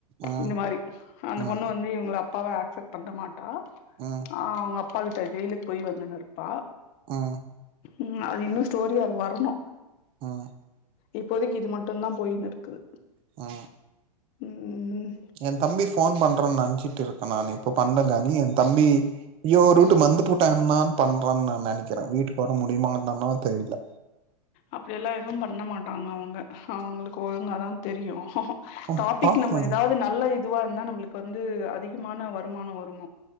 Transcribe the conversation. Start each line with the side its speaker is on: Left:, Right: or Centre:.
Right: ம்
Left: இந்த மாரி அந்த
Right: ம்
Left: பொண்ணு வந்து இவுங்கள ப்பாவ ஆக்ஸப்ட் பண்ணமாட் ஆ
Right: ம்
Left: அவங்க அப் ப்பா கிட்ட ஜெயிலுக்கு போய் வந்தன்னு இருப்பா
Right: ம்
Left: ம் அது இன்னு ஸ்டோரியா அது வரணு
Right: ம்
Left: இப்போதிக்கு இது மட்டுதா போயின் இருக்குது
Right: ஆ
Left: ம்
Right: என் தம்பி போன் பண்றேன்னனு நினைச்சிட்டு இருக்கே நானு இப்ப பண்ணேங்கன்னி என் தம்பி ஐயோ ரூட்டு மந்து பூட்டேனான்னு பண்றேன்னு நா நினைக்கிறே வீட்டுக்கு வர முடியுமாந்தான தெரியல
Left: அப்படி எல்லா எதுவும் பண்ண மாட்டாங்க அவங்க அவங்களுக்கு ஒழுங்காதா தெரியு
Right: ம்,
Left: டாபிக்
Right: பார்க்கலாம்
Left: நம்ம ஏதாவது நல்ல இ இதுவாக இருந்தா நம்மளுக்கு வந்து அதிகமான வருமானம் வரும்